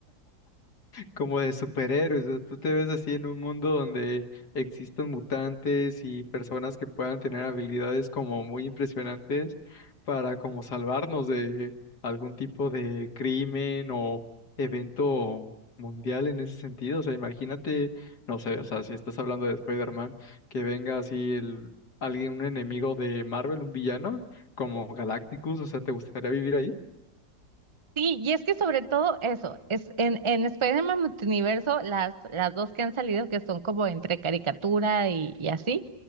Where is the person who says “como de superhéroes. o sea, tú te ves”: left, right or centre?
Left